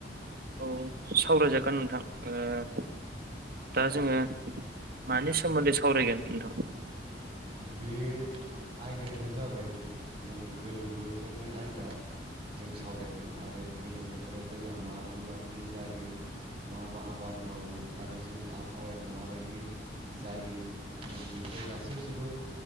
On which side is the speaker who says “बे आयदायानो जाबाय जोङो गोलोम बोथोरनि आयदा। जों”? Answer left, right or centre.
Right